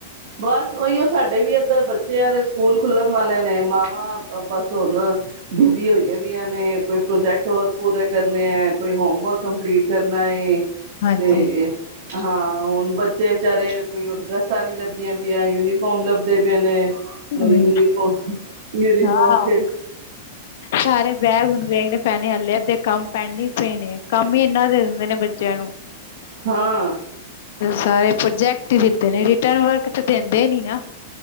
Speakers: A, on the right; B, on the left.
A: ਬਸ ੳਈਓ ਸਾਡੇ ਵੀ ਏ ਇੱਧਰ ਬੱਚਿਆਂ ਦੇ ਸਕੂਲ ਖੁੱਲਨ ਵਾਲੇ ਨੇ ਮਾਵਾਂ ਬਸ ਹੁਨ ਬਿਜ਼ੀ ਹੋਈਆਂ ਦੀਆਂ ਨੇ ਕੋਈ ਪ੍ਰੋਜੈਕਟ ਵਰਕ ਪੂਰੇ ਕਰਨੇ ਏ, ਕੋਈ ਹੋਮਵਰਕ ਕੰਪਲੀਟ ਕਰਨਾ ਏ।
B: ਹਾਂਜੀ
A: ਤੇ, ਹਾਂ ਹੁਨ ਬੱਚੇ ਵਿਚਾਰੇ ਕੋਈ ਹੁਨ ਡਰੈੱਸਾਂ ਨੀ ਲੱਭਦੀਆਂ ਪਈਆਂ, ਯੂਨੀਫਾਰਮ ਲਭਦੇ ਪਏ ਨੇ।
B: ਹਾਂਜੀ,
A: ਯੂਨੀਫੋਮ ਯੂਨੀਫੋਮ
B: ਹਾਂ
A: ਕੇਹੜੀ।
B: ਸਾਰੇ ਬੈਗ ਹੁਣ ਵੇਖਣੇ ਪੈਨੇ ਹੱਲੇ ਅੱਧੇ ਕੰਮ ਪੈਂਡਿੰਗ ਪਏ ਨੇ, ਕੰਮ ਈ ਇਨਾ ਦੇ ਦਿੰਦੇ ਨੇ ਬੱਚਿਆਂ ਨੂੰ।
A: ਹਾਂ।
B: ਸਾਰੇ ਪ੍ਰੋਜੈਕਟ ਈ ਦਿੱਤੇ ਨੇ ਰਿਟਨ ਵਰਕ ਤੇ ਦੇੰਦੇ ਈ ਨੀ ਨਾ।